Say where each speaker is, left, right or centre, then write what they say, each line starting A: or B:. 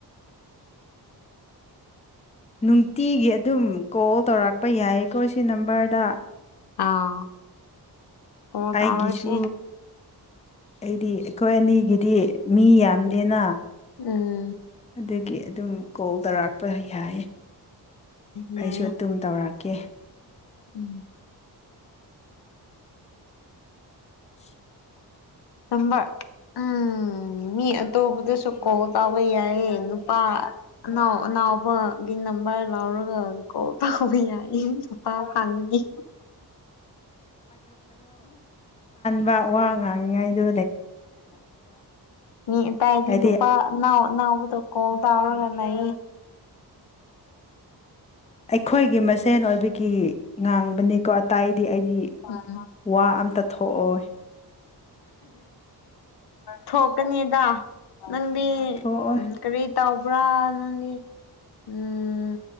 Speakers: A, on the left; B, on the left.
A: ꯅꯨꯡꯇꯤꯒꯤ ꯑꯗꯨꯝ ꯀꯣꯜ ꯇꯧꯔꯛꯄ ꯌꯥꯏꯌꯦꯀꯣ ꯁꯤ ꯅꯝꯕꯔꯗ
B: ꯑꯥ ꯑꯣ
A: ꯑꯩꯒꯤꯁꯨ
B: ꯇꯥꯔꯁꯤ
A: ꯑꯩꯗꯤ ꯑꯩꯈꯣꯏ ꯑꯅꯤꯒꯤꯗꯤ ꯃꯤ ꯌꯥꯝꯗꯦꯅ
B: ꯎꯝ
A: ꯑꯗꯨꯒꯤ ꯑꯗꯨꯝ ꯀꯣꯜ ꯇꯧꯔꯛꯄ ꯌꯥꯌꯦ
B: ꯌꯥꯏ
A: ꯑꯩꯁꯨ ꯑꯗꯨꯝ ꯇꯧꯔꯛꯀꯦ
B: ꯎꯝ
A: <inaudible>
B: ꯇꯝꯕ ꯎꯝ ꯃꯤ ꯑꯇꯣꯞꯄꯗꯁꯨ ꯀꯣꯜ ꯇꯥꯎꯕ ꯌꯥꯏꯌꯦ ꯅꯨꯄꯥ ꯑꯅꯥꯎ ꯑꯅꯥꯎ ꯉꯥꯎꯕꯒꯤ ꯅꯝꯕꯔ ꯂꯧꯎꯔꯒ ꯀꯣꯜ ꯇꯥꯎꯕ ꯌꯥꯏꯌꯦ ꯄꯥꯎ ꯐꯥꯡꯅꯤ
A: ꯑ ꯋꯥ ꯉꯥꯡꯉꯉꯥꯏꯗꯨ
B: ꯃꯤ ꯑꯇꯥꯏꯗꯤ
A: ꯍꯥꯏꯗꯤ
B: ꯅꯨꯄꯥ ꯑꯅꯥꯎ ꯅꯥꯎꯕꯗꯣ ꯀꯣꯜ ꯇꯥꯎꯋꯥꯒ ꯂꯩꯏ
A: ꯑꯩꯈꯣꯏꯒꯤ ꯃꯁꯦꯟ ꯑꯣꯏꯕꯤ ꯒꯤ ꯉꯥꯡꯕꯅꯤꯀꯣ ꯑꯇꯥꯏꯗꯤ ꯑꯩꯗꯤ
B: ꯎꯝ
A: ꯋꯥ ꯑꯝꯇ ꯊꯣꯛꯑꯣꯏ
B: ꯊꯣꯛꯀꯅꯤꯗ ꯅꯪꯗꯤ
A: ꯊꯣꯛꯑꯣꯏ
B: ꯎꯝ ꯀꯔꯤ ꯇꯥꯎꯕ꯭ꯔꯥ ꯅꯪꯗꯤ ꯎꯝ